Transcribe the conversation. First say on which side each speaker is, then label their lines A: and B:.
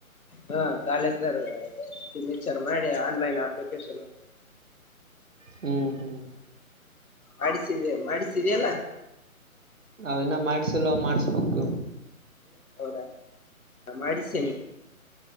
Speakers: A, on the left; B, on the right.
A: ಹಾ ಕಾಲ <unintelligible> ಸಿಗ್ನೇಚರ್ ಮಾಡಿ ಆನ್ಲೈನ್ ಅಪ್ಲಿಕೇಶನ್ ಹಾುದು
B: ಹ್ಮ್ ಹ್ಮ್
A: ಮಾಡಿಸಿದ ಮಾಡಿಸಿದಲ್ಲ
B: ಅವನ ಮಾಡಿಸಲ್ಲ ಮಾಡ್ಸಬೇಕು
A: ಹೌದಾ ನಾ ಮಾಡ್ನೆ